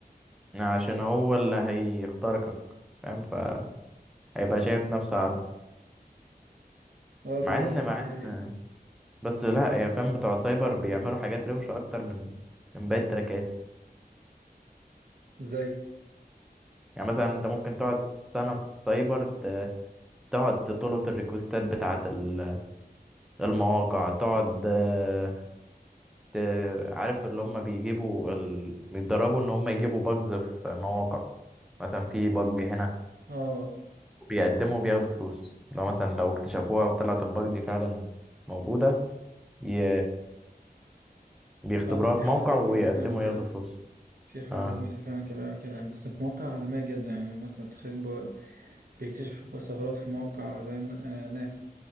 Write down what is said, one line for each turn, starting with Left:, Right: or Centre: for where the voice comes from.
Centre: عشان هو اللي هيخترقك فاهم فهيبقى
Right: اه
Centre: شايف نفسه اعلى
Right: آه،
Centre: مع
Right: ده
Centre: ان
Right: ده
Centre: مع
Right: دي حقيقة
Centre: ان بس لا يعني فاهم بتوع سايبر بيعملوا حاجات روشة اكتر من من باقي التراكات
Right: زي
Centre: يعني مثلا انت ممكن تقعد سنة في سايبر ت- تقعد تطلب الريكوستات بتاعة ال- المواقع تقعد آه، ت- عارف اللي هم بيجيبوا ال... بيتدربوا ان هم يجيبوا باجز في مواقع مثلا في باج هنا
Right: اه
Centre: بيقدموا وبياخدوا فلوس لو مثلا لو اكتشفوها وطلعت الباج دي فعلا موجودة ي... بيختبروها
Right: آه، انا في
Centre: في
Right: حد
Centre: موقع
Right: زميلي
Centre: ويقدموا
Right: فعلا كده
Centre: ياخدوا فلوس
Right: في حد
Centre: اه
Right: زميلي فعلا كان بيعمل كده يعني بس في مواقع عالمية جدا يعني مثلا تخيل بو- بيكتشف ثغرات في موقع زي ن- آه، ناسا